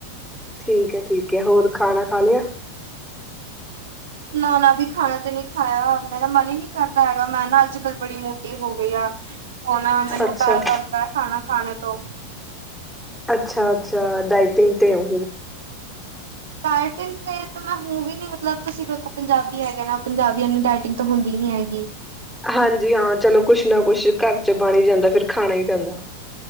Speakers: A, in the centre; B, on the right.
A: ਠੀਕ ਹੈ ਠੀਕ ਹੈ ਹੋਰ ਖਾਣਾ ਖਾ ਲਿਆ
B: ਨਾ ਨਾ ਵੀ ਖਾਣਾ ਤੇ ਨਹੀਂ ਖਾਇਆ ਮੇਰਾ ਮਨ ਹੀ ਨਹੀਂ ਕਰਦਾ ਹੈਗਾ ਮੈਂ ਨਾ ਅੱਜ ਕੱਲ ਬੜੀ ਮੋਟੀ ਹੋ ਗਈ ਆ ਹੁਣ ਮੈਨੂੰ
A: ਅੱਛਾ
B: ਡਰ ਲੱਗਦਾ ਹੈ ਖਾਣਾ ਖਾਣ ਉਹ
A: ਅੱਛਾ ਅੱਛਾ ਡਾਇਟਿੰਗ ਤੇ ਹੋ
B: ਡਾਈਟਿੰਗ ਤੇ ਤਾਂ ਮੈਂ ਹੂੰ ਵੀ ਨੀ ਮਤਲਬ ਤੁਸੀਂ ਦੇਖੋ ਪੰਜਾਬੀ ਹੈਗਾ ਨਾ ਪੰਜਾਬੀਆਂ ਨੂੰ ਟਾਇਟਿੰਗ ਤਾਂ ਹੁੰਦੀ ਨੀ ਹੈਗੀ
A: ਹਾਂਜੀ ਹਾਂ ਚਲੋ ਕੁਛ ਨਾ ਕੁਛ ਘਰ ਚ ਬਣੀ ਜਾਂਦਾ ਫਿਰ ਖਾਣਾ ਹੀ ਪੈਂਦਾ